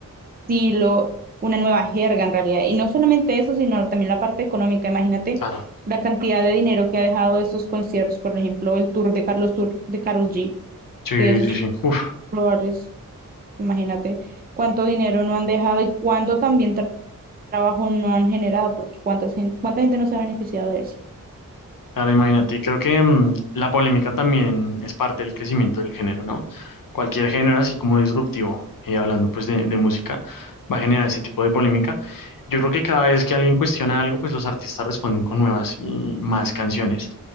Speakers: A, on the right (about 25°); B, on the left (about 75°).
A: estilo, una nueva jerga en realidad. Y no solamente eso, sino también la parte económica. Imagínate
B: claro.
A: la cantidad de dinero que ha dejado estos conciertos, por ejemplo, el tour de Carlos Tour de Karol G,
B: Sí,
A: que esos
B: sí,
A: Sí.
B: sí. Uf.
A: flores, imagínate cuánto dinero no han dejado y cuánto también tra- trabajo no han generado, porque cuántas gen- cuánta gente no se ha beneficiado de eso.
B: Claro, imagínate, creo que mm, la polémica también es parte del crecimiento del género, ¿no? Cualquier género así como disruptivo, y hablando pues de, de música, va a generar ese tipo de polémica. Yo creo que cada vez que alguien cuestiona algo, pues los artistas responden con nuevas y más canciones